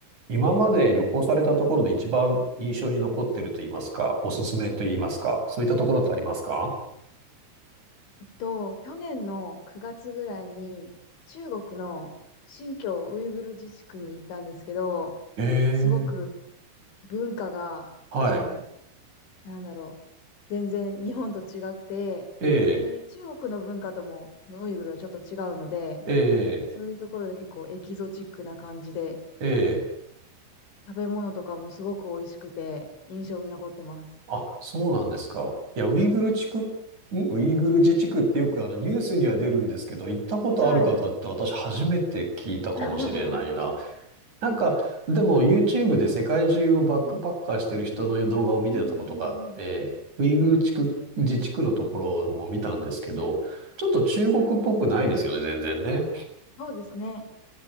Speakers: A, on the right; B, on the left.
A: 今まで旅行されたところで一番印象に残ってると言いますか、おすすめと言いますか、そういったところってありますか
B: えっと、去年の9月ぐらいに中国の新疆ウイグル自治区に行ったんですけど、
A: ええ
B: すごく文化がも
A: はい。
B: う、なんだろう、全然日本と違くて、
A: ええ、
B: で、中国の文化ともそのウイグルはちょっと違うので、
A: ええ、
B: そういうところで結構エキゾチックな感じで、
A: ええ。
B: 食べ物とかもすごく美味しくて印象に残ってます。
A: あ、そうなんですか。いや、ウイグル地区、んウイグル自治区ってよくあのニュースには出るんですけど、行ったことある方って私初めて聞いたかもしれないな。
B: はい。<laughs>
A: なんか、でも YouTube で世界中をバックパッカーしてる人の動画を見てたことがあって、
B: はい。うんうんうん。
A: ウイグル地区、自治区のところも見たんですけど、ちょっと中国っぽくないですよね、全然ね。
B: そうですね。